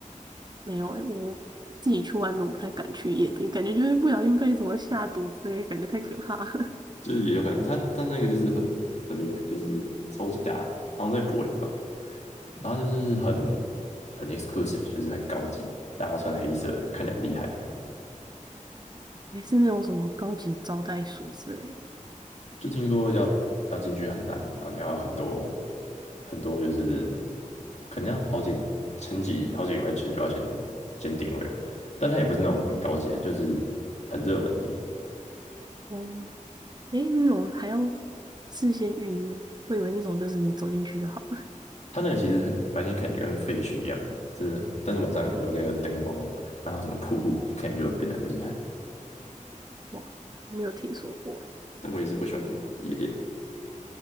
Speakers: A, on the right; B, on the left.
A: 没有诶、我自己去外面我不太敢去夜店，感觉就会不小心被什么下毒之类的，感觉太可怕了。
B: 就是也有可能，他他那个就是很很厉害，就是超级大，好像在柏林吧，然后就是很很 exclusive，就是很高级，大家都穿黑色，看起来很厉害
A: <laughs> 也是那种什么高级招待所之类的。
B: 就听说要要进去很难，然后你要很多很多，就是可能要好几前几好几个礼拜前就要先先定位吧，但它也不是那种很高级的，就是很热门而已。
A: 哦、哎，那种还要事先预约，我以为那种就是你走进去就好了。
B: 它那个其实很白天看起来跟废墟一样，就是但是晚上有那个灯光，然后什么瀑布，看起来就变得很厉害。
A: 哇，没有听说过
B: 但我也是不喜欢夜店的，